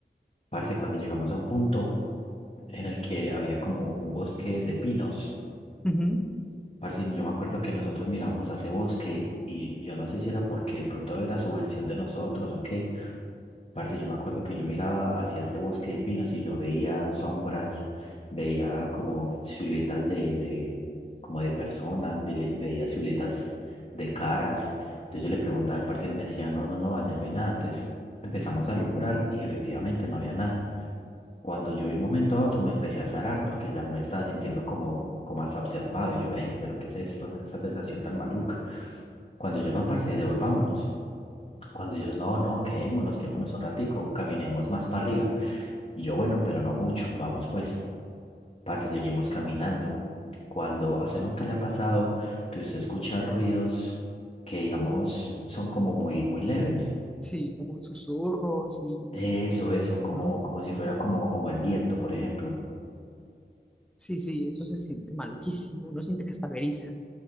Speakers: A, on the left; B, in the centre.
A: parce, cuando llegamos a un punto en el que había como un bosque de pinos.
B: ujú.
A: Parce, yo me acuerdo que nosotros mirábamos a ese bosque y yo no sé si era porque de pronto era sugestión de nosotros o qué. Parce, yo me acuerdo que yo miraba hacia ese bosque de pinos y yo veía sombras, veía como siluetas de, de, como de personas, vele- veía siluetas de caras. Entonces yo le preguntaba al parcero y me decía, no, no, no, allá no hay nada. Entonces empezamos a alumbrar y efectivamente no había nada. Cuando yo de un momento a otro me empecé a zarar porque ya me estaba sintiendo como, como hasta observado y yo, eh, pero ¿qué es esto? Esta sensación tan maluca. Cuando yo no, parce, devolvámonos. Cuando ellos, no, no, quedémonos, quedémonos un ratico, caminemos más para arriba. Y yo, bueno, pero no mucho, vamos pues, parce, seguimos caminando. Cuando, a usted nunca le ha pasado que usted escucha ruidos que, digamos, son como muy, muy leves.
B: Sí, como susurros y...
A: Eso, eso, como,
B: ajá.
A: como si fuera como, como el viento, por ejemplo
B: Sí, sí, eso se siente maluquísimo. Uno siente que está veriza.